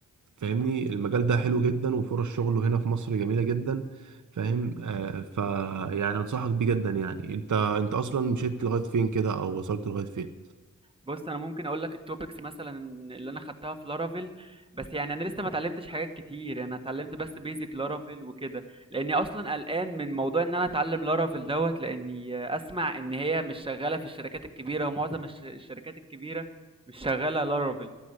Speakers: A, on the right; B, on the right.
A: فاهمني المجال ده حلو جدا وفرص شغله هنا في مصر جميله جدا فاهم آه ف يعني انصحك بيه جدا يعني انت انت اصلا مشيت لغايه فين كده او وصلت لغايه فين
B: بص انا ممكن اقول لك التوبكس مثلا اللي انا خدتها في لارافيل بس يعني انا لسه ما اتعلمتش حاجات كتير انا اتعلمت بس بيزك لارافيل وكده لاني اصلا قلقان من موضوع ان انا اتعلم لارافيل دوت لاني اسمع ان هي مش شغاله في الشركات الكبيره ومعظم الش- الشركات الكبيره مش شغاله لارافيل